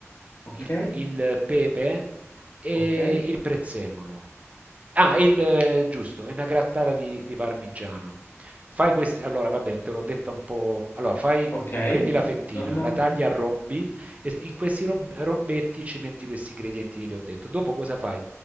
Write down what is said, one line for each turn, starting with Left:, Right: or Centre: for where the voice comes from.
Left: ok,
Right: il, il pepe e
Left: ok,
Right: il prezzemolo. Ah, il, eh, giusto, è una grattata di, di parmigiano. Fai queste, allora vabbè, te l'ho detto un po'. Allora, fai,
Left: ok.
Right: prendi la fettina,
Left: Non ho
Right: la tagli a rombi e s- in questi rob- rombetti ci metti questi ingredienti che ti ho detto. Dopo cosa fai?